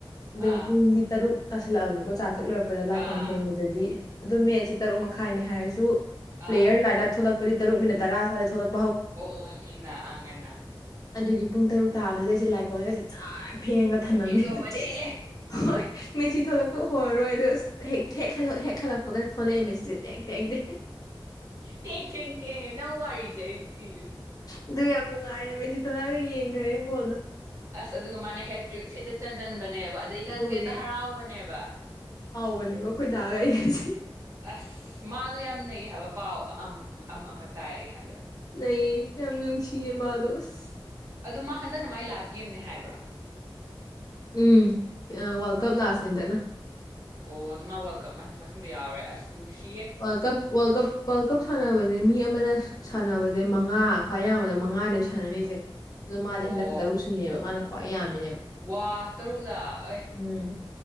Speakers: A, on the left; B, on the right.
A: ꯑꯗꯨꯒ
B: ꯑꯥ
A: ꯄꯨꯡꯗꯤ ꯇꯔꯨꯛ ꯇꯁꯦ ꯂꯥꯛꯑꯅꯤꯣ ꯆꯥ ꯊꯛꯂꯣꯏꯨꯔꯛꯄꯗ
B: ꯑꯥ
A: ꯂꯥꯏꯀꯣꯟ ꯐꯦꯡꯕꯗꯗꯤ ꯑꯗꯨꯣ ꯃꯦꯠꯁꯦ ꯇꯔꯨꯛ ꯃꯈꯥꯏꯅꯦ ꯍꯥꯏꯔꯁꯨ ꯄ꯭ꯂꯦꯟ
B: ꯑꯥ
A: ꯂꯥꯏꯟ ꯊꯣ ꯂ ꯄꯔꯤ ꯇꯔꯨ ꯃꯤꯅꯤꯠꯔꯥ ꯁ꯭ꯋꯥꯗ ꯊꯣꯛꯂꯛ
B: ꯑꯣꯅꯥ ꯑꯉꯅꯥ
A: ꯑꯗꯨꯒꯤ ꯄꯨꯡ ꯇꯔꯨꯛ ꯇꯥꯕꯁꯗ ꯑꯩꯁꯦ ꯂꯥꯏ ꯑꯩꯈꯣꯏꯁꯦ ꯆꯥ ꯐꯦꯡꯒ ꯊꯝꯂꯝꯝꯃꯦ
B: ꯐꯦꯡꯗꯣꯛ
A: ꯑꯗꯨ
B: ꯑꯃ
A: ꯆꯦꯜꯂꯛꯑꯦ
B: ꯆꯦꯜꯂꯦ
A: ꯍꯣꯏ ꯃꯦꯆꯤ ꯊꯣꯛꯂꯛꯄ ꯍꯔꯔꯣꯏ ꯑꯗꯣ ꯑ ꯍꯦꯛ ꯍꯜꯂꯛꯄꯒ ꯊꯣꯛꯂꯛꯑꯦ ꯃꯦꯆꯁꯦ ꯇꯦꯡ ꯇꯦꯡ ꯇꯦꯡ
B: ꯊꯦꯡ ꯊꯦꯡ ꯊꯦꯡꯉꯦ ꯅꯪ ꯋꯥꯔꯤꯁꯦ ꯑꯩ ꯁꯤꯁꯦ
A: ꯑꯗꯨ ꯌꯥꯝ ꯅꯨꯡꯉꯥꯏꯔꯦꯕ ꯑꯩ ꯆꯤꯊꯣꯔꯒ ꯌꯦꯡꯈ꯭ꯔꯦ ꯏꯕꯣꯜꯗꯣ
B: ꯑꯁ ꯑꯗꯨꯒ ꯃꯥꯅ ꯍꯦꯇ꯭ꯔꯤꯛꯁꯦꯛꯇ ꯆꯟꯁꯤꯟꯕꯅꯦꯕ ꯑꯗꯩ
A: ꯑꯗꯨꯅꯦ
B: ꯅꯪꯁꯦ ꯍꯦꯛꯇ ꯍꯔꯥꯎꯕꯅꯦꯕ
A: ꯇꯧꯕꯅꯦꯕ ꯑꯩꯈꯣꯏ ꯇꯥꯛꯑꯒ ꯑꯩꯁꯦ
B: ꯑꯁ ꯃꯥꯗꯣ ꯌꯥꯝ ꯅꯩ ꯍꯥꯏꯕ ꯄꯥꯎ ꯑꯃ ꯇꯥꯏ ꯑꯩ ꯍꯟꯗꯛ
A: ꯅ ꯌꯥꯝ ꯅꯅꯨꯡꯁꯤꯦ ꯃꯥꯗꯣꯁ
B: ꯑꯗꯨ ꯃꯥ ꯍꯟꯗꯛꯅ ꯃꯥꯏ ꯂꯖ ꯒꯦꯝꯅꯦ ꯍꯥꯏꯕ꯭ꯔꯥ
A: ꯎꯝ ꯋꯥꯔꯜ ꯀꯞ ꯂꯥꯁꯅꯦ ꯍꯟꯗꯛꯅ
B: ꯑꯣ ꯑꯗꯨ ꯃꯥ ꯋꯦꯜꯀ ꯃꯊꯗ ꯌꯥꯎꯔꯦ ꯑꯁ ꯅꯨꯡꯁꯤꯌꯦ
A: world cup world cup world cup ꯁꯥꯟꯅꯕꯁꯦ ꯃꯤ ꯑꯃꯅ ꯁꯥꯟꯅꯕꯁꯦ ꯃꯉꯥ ꯈ꯭ꯋꯥꯏ ꯌꯥꯡꯕꯗ ꯃꯉꯥꯅꯦꯕ ꯁꯥꯟꯅꯁꯦ ꯑꯗꯣ ꯃꯥꯗꯤ
B: ꯑꯣ
A: ꯍꯟꯗꯛꯛꯇ ꯇꯔꯨꯛ ꯁꯨꯏꯦꯕ ꯃꯥꯅ ꯌꯥꯝꯃꯤ
B: ꯋꯥ ꯇꯔꯨꯛ ꯂꯥꯛ ꯑꯦ
A: ꯎꯝ